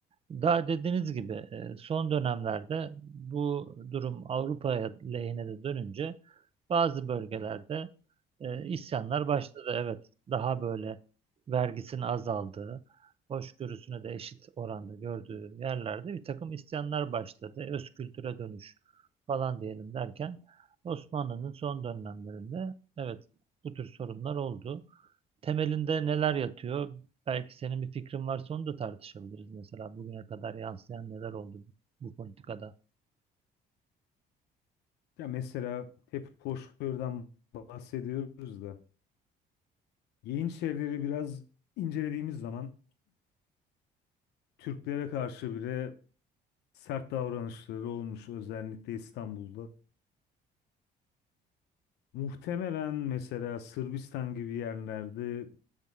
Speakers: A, on the right (about 35°); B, on the left (about 80°).
A: Daha dediğiniz gibi e, son dönemlerde bu durum Avrupa'ya lehine de dönünce bazı bölgelerde e, isyanlar başladı. Evet, daha böyle vergisinin azaldığı, hoşgörüsünü de eşit oranda gördüğü yerlerde bir takım isyanlar başladı. E, Öz kültüre dönüş falan diyelim derken Osmanlı'nın son dönemlerinde evet bu tür sorunlar oldu. Temelinde neler yatıyor? Belki senin bir fikrin varsa onu da tartışabiliriz. Mesela bugüne kadar yansıyan neler oldu bu politikada?
B: Ya mesela hep hoşgörüden bahsediyoruz da Yeniçerileri biraz incelediğimiz zaman Türklere karşı bile sert davranışları olmuş özellikle İstanbul'da. Muhtemelen mesela Sırbistan gibi yerlerde